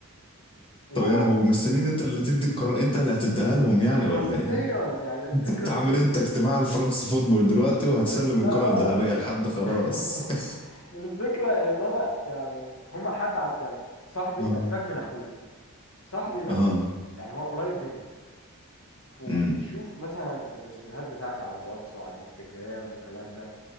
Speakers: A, on the left; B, on the left.
A: وهما
B: طب يعني
A: ال-
B: هو مستنيين انت اللي تدي القرار انت اللي هتديها لهم يعني
A: حرفيا
B: ولا ايه؟
A: يعني الفكره
B: <laughs> انت
A: فكره
B: عامل انت اجتماع الفرنس فوتبول دلوقتي وهتسلم
A: اقسم بالله
B: الكرة
A: اه
B: الذهبية لحد خلاص
A: <laughs>
B: <laughs>
A: الفكره ان انا يعني هما حتى عار- يعني صاحبي
B: اه
A: يعني ساك من اخوه صاحبي ده
B: اه اه
A: يعني هو قريب مني وبيشوف
B: امم
A: مثلا الاستوريهات بتاعتي على الواتس وعلى الانستجرام والكلام ده